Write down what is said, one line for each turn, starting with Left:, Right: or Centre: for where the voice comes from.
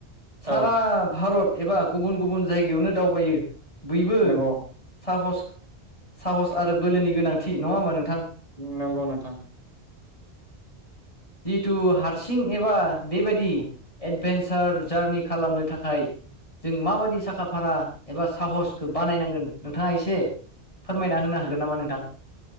Left: सारा
Right: औ
Left: भारत एबा गुबुन-गुबुन जायगायावनो दावबायो। बयबो
Right: नंगौ
Left: साहस-साहस आरो बोलोनि गोनांथि नङा होमबा नोंथां।
Right: नंगौ नोंथां।
Left: <inaudible> जिहेथु हारसिं एबा बेबायदि एडभेन्सार जारनि खालामनो थाखाय जों माबायदि साखा फारा एबा साहस खौ बानायनांगोन नोंथाङा एसे फोरमायना होनो हागोन नामा नोंथां